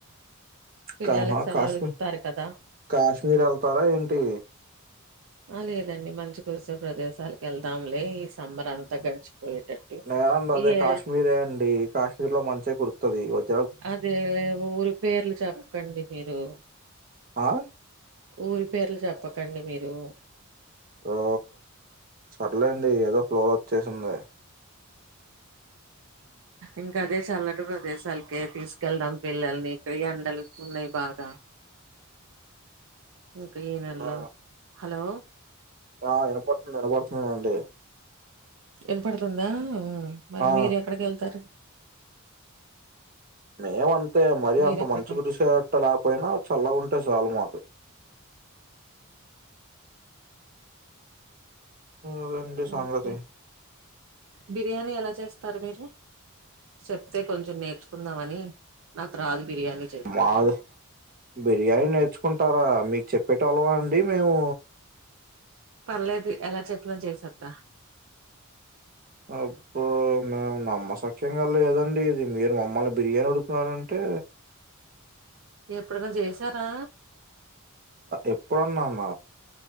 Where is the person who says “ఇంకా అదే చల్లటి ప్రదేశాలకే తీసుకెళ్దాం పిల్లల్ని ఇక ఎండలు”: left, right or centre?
Right